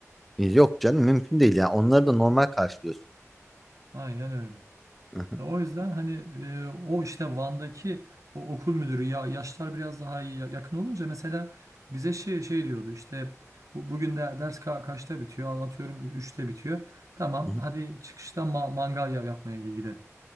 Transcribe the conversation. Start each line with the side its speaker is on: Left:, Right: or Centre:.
Centre: E, Yok canım mümkün değil ya. Onları da normal karşılıyorsun.
Right: Aynen öyle.
Centre: Hı hı,
Right: Ya O yüzden hani eee, o işte Van'daki o okul müdürü ya yaşlar biraz daha iyi ya- yakın olunca mesela bize şey şey diyordu işte bu, bugün de ders ka- kaçta bitiyor atıyorum üçte bitiyor. Tamam
Centre: hı hı.
Right: hadi çıkışta ma- mangal ya- yapmaya gidelim.